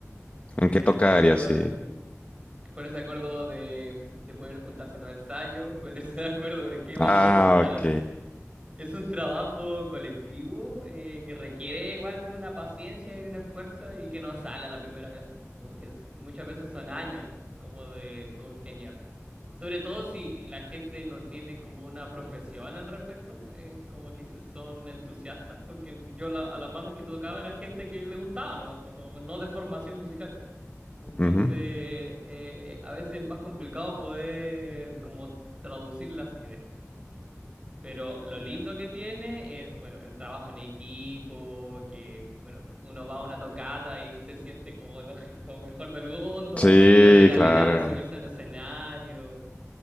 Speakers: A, on the left (about 30°); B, on the right (about 20°).
A: ¿En qué
B: Ponerse
A: tocar
B: de acuerdo
A: y así?
B: de, ponerse de acuerdo de, de poder juntarse a los ensayos, <laughs> ponerse de acuerdo de qué vamos
A: Ah,
B: a tocar.
A: ok.
B: Es un trabajo colectivo eh, que requiere igual de una paciencia y un esfuerzo y que no sale a la primera vez. Como que es- muchas veces son años como de congeniar. Sobre todo si la gente no tiene como una profesión al respecto, eh, como que si son entusiastas, porque yo la- a las bandas que tocaba era gente que le gustaba nomás, pues no, no de formación musical. Entonces,
A: Ujú.
B: eh, eh, a veces es más complicado poder como traducir las ideas. Pero lo lindo que tiene es, bueno, el trabajo en equipo, que, bueno, uno va a una tocata y se siente como lo, <laughs> lo mejor del mundo,
A: Sí,
B: la adrenalina
A: claro.
B: de subirse a un escenario,